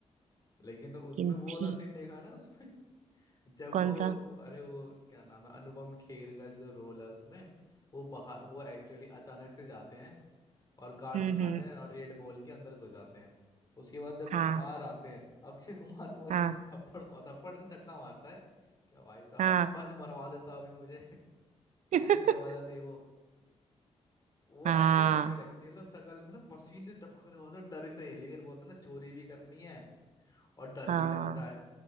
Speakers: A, on the left (about 30°); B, on the right (about 80°).
A: लेकिन उसमें
B: लेकिन
A: वो
B: थी
A: वाला सीन देखा ना उसमें जब
B: कौन
A: वो
B: सा
A: अरे वो क्या नाम है अनुपम खेर का जो रोल है उसमें वो बाहर वो एक्चुअली अचानक से जाते हैं और कार्ड
B: हम्म
A: दिखाते
B: हम्म
A: हैं और रेड बॉल के अंदर घुस जाते हैं उसके बाद जब वो
B: हाँ
A: बाहर आते हैं अक्षय कुमार को ऐसे
B: हाँ
A: थप्पड़ थप्पड़ नहीं धक्का मारता है क्या भाई साहब
B: हाँ
A: बस मरवा देता अभी मुझे <laughs>
B: <laughs>
A: फंसने वाला थे वो वो
B: हाँ
A: एक्टिंग तगड़ी लगती है मतलब शकल से ना पसीने टपक रहे होते हैं डर से लेकिन बोलता है ना चोरी भी करनी है और डर
B: हाँ
A: भी लगता है